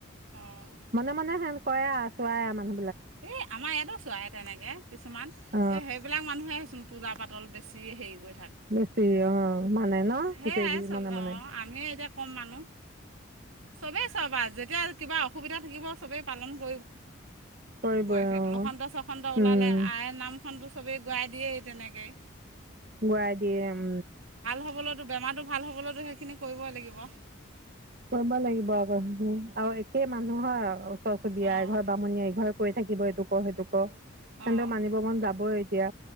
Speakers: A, on the right; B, on the right.
A: অঁ
B: মানে মানে হেন কয় আৰু চোৱাই মানে।
A: এ আমাৰ ইয়াতো চোৱাই তেনেকে কিছুমান,
B: অ
A: এ সেইবিলাক মানুহে। পূজা পাতল বেছি হেৰি কৰে।
B: বেছি অ মানে ন
A: সেয়াই
B: তেতিয়াই ভী
A: চব
B: মানে মানে।
A: অঁ আমিও এতিয়া কম মানুহ চবেই চব আও যেতিয়া কিবা অসুবিধা থাকিব, চবেই পালন কৰিব।
B: কৰিবই
A: কয় সেইটো
B: অ
A: বসন্ত ছসন্ত ওলালে
B: উম
A: আই নামখনটো চবেই গোৱাই দিয়েই তেনেকে।
B: গুৱাই দিয়ে উম।
A: হ'বলৈতো বেমাৰটো ভাল হ'বলৈতো সেইখিনি কৰিবই লাগিব।
B: কৰিব লাগিব আকৌ সেইখিনি আৰু একেই মানুহৰ ওচৰ চুবুৰীয়া
A: অঁ
B: এঘৰ বামুণীয়ে এঘৰ কৈ থাকিব এইটোক কৰ সেইটো কৰ। সিহতক
A: অঁ
B: মানিব মন যাবই এতিয়া